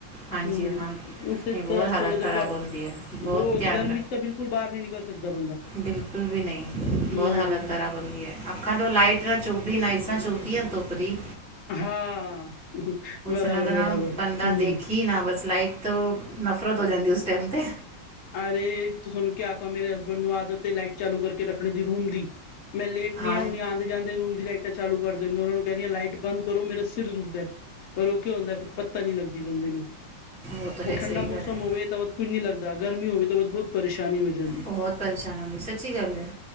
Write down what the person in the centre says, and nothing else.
ਹਾਂਜੀ
ਹਾਂ ਨਹੀਂ
ਬਹੁਤ
ਹਾਲਤ
ਖਰਾਬ
ਹੁੰਦੀ ਹੈ ਬਹੁਤ
ਧਿਆਨ
ਬਿਲਕੁਲ ਵੀ ਨਈ,
ਬੋਤ ਹਾਲਤ ਖਰਾਬ ਹੋਰ ਕੀ ਆ, ਅੱਖਾਂ ਤੇ ਓ ਲਾਈਟ ਤਾ ਚੁਭਦੀ, ਨਾਈਸਾ ਚੁਭਦੀਆਂ ਧੁੱਪ ਦੀ
ਨਾਲ ਦਾ ਨਾ
ਬੰਦਾ
ਦੇਖੀ ਨਾ, ਬਸ ਲਾਈਟ ਤੋਂ ਨਫ਼ਰਤ ਹੋ ਜਾਂਦੀ ਉਸ ਟਾਈਮ 'ਤੇ
ਹਾਂ
ਉਹ ਤਾਂ ਹੈ
ਸਹੀ ਗੱਲ
ਹੈ
ਬੋਤ ਪਰੇਸ਼ਾਨੀ ਹੁੰਦੀ, ਸੱਚੀ ਗੱਲ ਏ